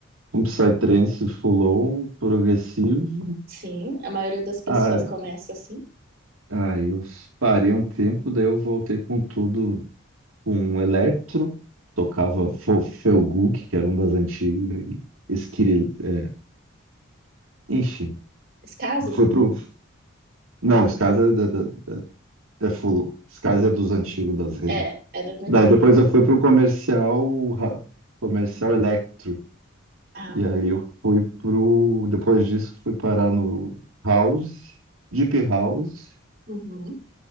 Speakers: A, on the right; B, on the right.
A: com Psytrance full-on, progressivo.
B: Sim, a maioria das pessoas
A: Ah,
B: começa assim.
A: aí eu parei um tempo, daí eu voltei com tudo, com electro. Tocava Fo- Felguk, que era um das antigas. e Esquiril, é, enfim,
B: Esse caso
A: foi pro... Não, Skaz é, da- da- é full, Skaz é dos antigos das redes.
B: é, é das antigas.
A: Daí depois eu fui pro comercial, ra- comercial Electro.
B: Ah,
A: E aí eu fui pro, depois disso fui parar no House, Deep House,
B: uhum,